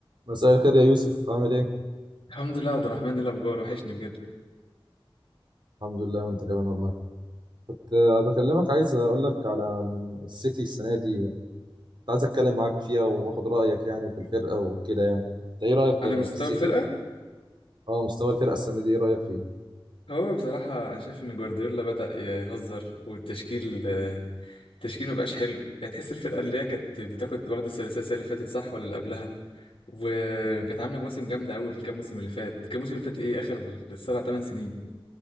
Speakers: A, on the right (about 55°); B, on the left (about 70°).
A: مساء الخير يا يوسف عامل ايه؟
B: الحمد لله عبد الرحمن إيه الاخبار وحشني بجد
A: الحمد لله وانت كمان والله كنت آه، بكلمك عايز اقول لك على م، السيتي السنة دي كنت عايز اتكلم معاك فيها واخد رأيك يعني في الفرقة وكده يعني انت ايه رأيك في
B: على مستوى
A: في السيتي
B: الفرقه
A: اه مستوى الفرقة السنة دي ايه رأيك فيه؟
B: هو بصراحه شايف ان جوارديولا بدا يهزر والتشكيل آه، التشكيل مبقاش حلو يعني تحس الفرقه اللي هي كانت بتاخد واخده الثلاثيه السنة اللي فاتت صح ولا اللي قبلها وكانت
A: مم.
B: عامله مواسم جامده قوي الكام موسم اللي فات كام موسم اللي فات ايه اخر سبع ثمان سنين